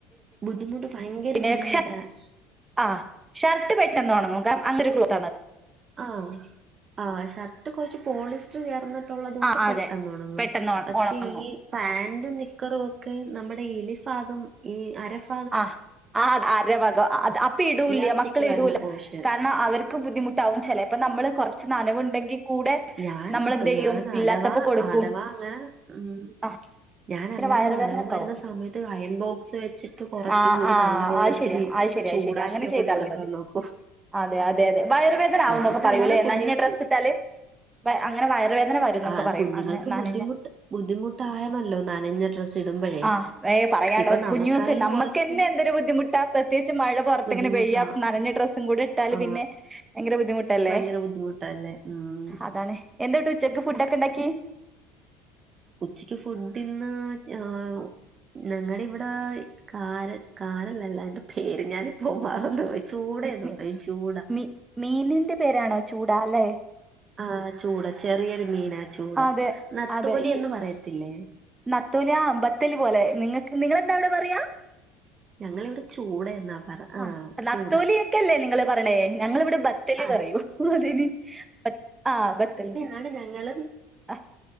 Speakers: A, on the right; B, on the right.
A: ബുദ്ധിമുട്ട് ഭയങ്കര
B: പിന്നെ
A: ബുദ്ധിമുട്ടാണ്
B: ആഹ് ഷർട്ട് പെട്ടെന്നൊണങ്ങും കാരണം അങ്ങനൊരു ക്ലോത്ത് ആണത്.
A: ആഹ് ആഹാ ഷർട്ട് കൊറച്ച് പോളിസ്റ്റർ ചേർന്നിട്ടുള്ളത് കൊണ്ട്
B: ആ
A: പെട്ടെന്ന്
B: അതെ
A: ഉണങ്ങും
B: പെട്ടെന്ന് ഉണ-
A: പക്ഷെ
B: ഉണങ്ങും
A: ഈ ഫാന്റും നിക്കറ് ഓക്കെ നമ്മുടെ എലിഫാഗം ഈ അരഫാഗം
B: ആഹ് ആ അ ആര വക അത് അപ്പി ഇടൂല
A: ഇലാസ്റ്റിക്
B: മക്കളിടൂല
A: വരുന്ന പോഷൻ
B: കാരണം അവർ ക്ക് ബുദ്ധിമുട്ടാകും ചെലേപ്പം നമ്മള് കുറച് നനവുണ്ടെങ്കിൽ കൂടെ
A: ഞാൻ
B: നമ്മളെന്ത് ചെയ്യും
A: ഞാൻ അഥവാ
B: ഇല്ലാത്തപ്പോ കൊടുക്കും
A: അഥവാ അങ്ങനെ ഉം
B: ആ
A: ഞാനങ്ങനെ
B: പിന്നെ വയറുവേദനൊക്കെ
A: നനവ് വെരുന്ന
B: ആവും
A: സമയത്ത് അയൺ ബോക്സ് വെ വെച്ചിട്ട് കൊറച്ചു
B: ആ
A: കൂടി
B: ആ
A: നല്ല പോലെ
B: അത്
A: ഒച്ചിരി
B: ശരിയാ അത് ശരി
A: ചൂടാക്കി
B: അത് ശരി അങ്ങനെ
A: ഒക്കെ
B: ചെയ്താലും
A: കൊടുക്കാൻ
B: മതി
A: നോക്കും
B: അതെ അതെ അതെ വയറുവേദനാവും
A: നമ്മക്കല്ലാതെ
B: എന്നൊക്കെ പറയൂല്ലേ
A: കുഞ്ഞുങ്ങൾക്ക്
B: നഞ്ഞ ഡ്രസ്സിട്ടാല് അങ്ങനെ വയറുവേദന വെരുംന്നൊക്കെ
A: ആ
B: പറയും
A: കുഞ്ഞുങ്ങൾക്ക്
B: അങ്ങനെ ന്നനഞ്ഞ
A: ബുദ്ധിമുട്ട് ബുദ്ധിമുട്ടായണല്ലോ നനഞ്ഞ ഡ്രസ് ച്ചിടുമ്പോഴേ
B: ആഹ് ഏഹ് പറയാണ്ടോ
A: ഇപ്പൊ നമക്കായാലും
B: കുഞ്ഞുങ്ങൾക്ക് നമ്മക്കന്നെ
A: കൊറച്ച്
B: എന്തൊരു ബുദ്ധിമുട്ടാ പ്രത്യേകിച്ച് മഴ പൊറത്തിങ്ങനെ
A: ബുദ്ധിമുട്ടാ
B: പെയ്യാ നനഞ്ഞ ഡ്രസ്സും കൂടെ ഇട്ടാല്
A: ആ
B: പിന്നെ ഭയങ്കര ബുദ്ധിമുട്ടല്ലേ
A: ഭയങ്കര ബുദ്ധിമുട്ടല്ലേ? ആഹ്
B: അതാണ് എന്താവ്ടെ ഉച്ചക്ക് ഫുഡ് ഒക്കെ ഉണ്ടാക്കി
A: ഉച്ചക്ക് ഫുഡിന്ന് ഞാ ഞങ്ങളിവിടെ ഈ കാര കാരല്ലല്ലോ അതിന്റെ പേര് ഞാനിപ്പോ മറന്ന് പോയി ചൂടേന്ന്
B: മി
A: പറയും ചൂടാ
B: മി മീനിന്റെ പേരാണോ ചൂടാ അല്ലെ?
A: ആഹ് ചൂട ചെറിയൊരു മീനാ ചൂട
B: അതെ
A: നത്തോലി
B: അതെ ഈ
A: എന്ന് പറയത്തില്ലേ
B: നത്തോലി ആ ബത്തല് പോലെ നിങ്ങക്ക് നിങ്ങളെന്താ അവിടെ പറയാ
A: ഞങ്ങളിവിടെ ചൂടെന്നാ പറ
B: ആ
A: ആഹ്
B: നത്തോലിയൊക്കെ
A: ചൂട
B: അല്ലേ നിങ്ങള് പറിണേ ഞങ്ങളിവിടെ ബെ ത്തല്
A: ആഹ്
B: കറിയും അതിന് ആ ബത്തല്
A: ങ്ങട്ഞങ്ങള്
B: ആ